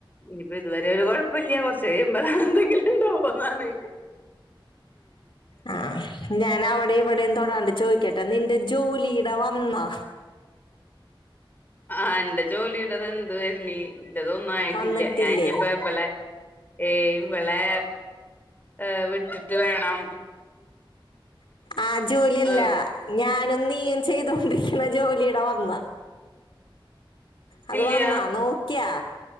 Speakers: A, on the left; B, on the left.
A: ഇനിയിപ്പൊ ഇതുവരെ ഒരു കൊഴപ്പില്ല്യ കൊറച്ച് കഴിയുമ്പോളാ എന്തെങ്കിലും ഉണ്ടാവൻ പോന്നാണ്
B: ആ ഞാൻ അവിടെയും ഇവിടെയും തൊടാണ്ട് ചോദിക്കട്ടെ നിന്റെ ജോലി ടെ വന്നാ
A: ആ എന്റ ജോലിയടത് എന്താര്ന്ന് എന്റതൊന്നും ആയിട്ടില്ല
B: വന്നിട്ടില്ലേ
A: ഞാൻ ഇനിയിപ്പോ ഇവളെ ഏ ഇവളെ ഏ വിട്ടിട്ട് വേണം
B: ആ ജോലിയല്ല
A: ആ
B: ഞാനും നീയും ചെയ്തോണ്ടിരിക്കുന്ന ക്കണ ജോലിയടെ വന്ന അത്
A: ഇല്ല
B: വന്നാ നോക്കിയാ